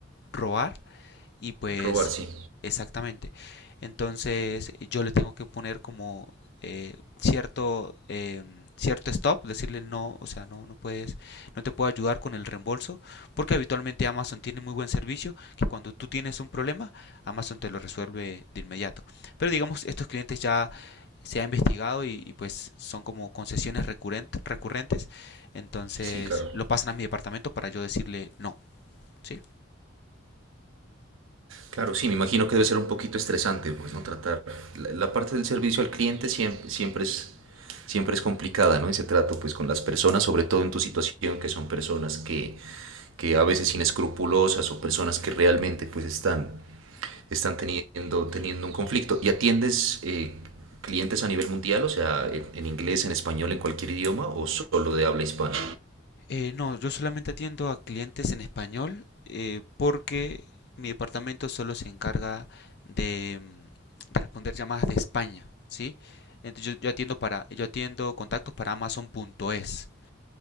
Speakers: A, on the left; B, on the right.
A: robar y pues,
B: robar, sí,
A: exactamente. Entonces, yo le tengo que poner como eh, cierto, eh, cierto stop, decirle no, o sea, no, no puedes, no te puedo ayudar con el reembolso, porque habitualmente Amazon tiene muy buen servicio, que cuando tú tienes un problema, Amazon te lo resuelve de inmediato. Pero digamos, estos clientes ya se ha investigado y, y pues son como concesiones recurrentes recurrentes, entonces
B: sí, claro.
A: lo pasan a mi departamento para yo decirle no, ¿sí?
B: Claro, sí, me imagino que debe ser un poquito estresante, pues, ¿no? Tratar la, la parte del servicio al cliente siempre, siempre es, siempre es complicada, ¿no? Ese trato, pues, con las personas, sobre todo en tu situación, que son personas que, que a veces inescrupulosas o personas que realmente, pues, están están teniendo, teniendo un conflicto. ¿Y atiendes eh, clientes a nivel mundial, o sea, en, en, inglés, en español, en cualquier idioma, o solo de habla hispana?
A: Eh, no, yo solamente atiendo a clientes en español eh, porque mi departamento solo se encarga de mm, responder llamadas de España, ¿sí? Entonces yo, yo atiendo para, yo atiendo contactos para Amazon punto es.